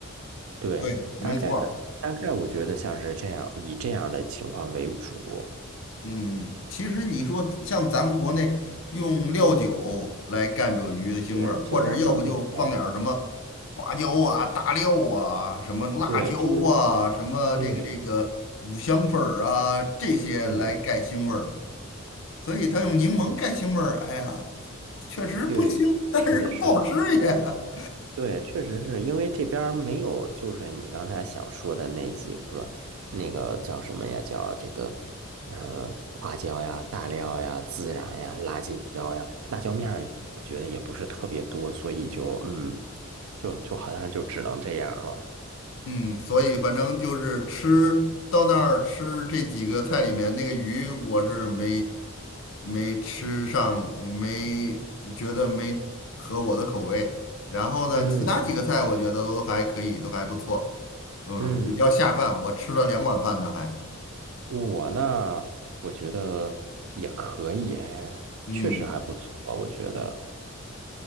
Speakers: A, on the right (about 75°); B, on the left (about 60°).
A: 对，
B: 对，没错儿。
A: 大概大概我觉得像是这样，以这样的情况为主。
B: 嗯，其实你说像咱们国内用料酒来干这鱼的腥味儿，
A: 对，这边儿没有。
B: 或者要不就放点儿什么花椒啊、大料啊、什么辣椒啊、
A: 对，这应
B: 什么这个这个五香粉儿啊这些来盖腥味儿，
A: 对对
B: 所以他用柠檬盖腥味儿，
A: 对，
B: 哎呀，确实不腥，
A: 因为是的，
B: 但是不好吃呀。
A: 是的。因为。对，确实是因为这边儿没有，就是你刚才想说的那几个，那个叫什么呀？叫这个，呃，花椒呀、大料呀、孜然呀、辣椒呀、辣椒面儿，我觉得也不是特别多，所以就嗯，就就好像就只能这样了。
B: 嗯，所以反正就是吃到那儿吃这几个菜里面那个鱼，我是没没吃上，没觉得没合我的口味。然后呢，
A: 嗯嗯
B: 其他几个菜我觉得都还可以，都还不错。嗯，
A: 嗯，
B: 比较下饭，我吃了两碗饭呢还。
A: 我呢，我觉得也可以，哎，
B: 嗯，
A: 确实还不错，我觉得，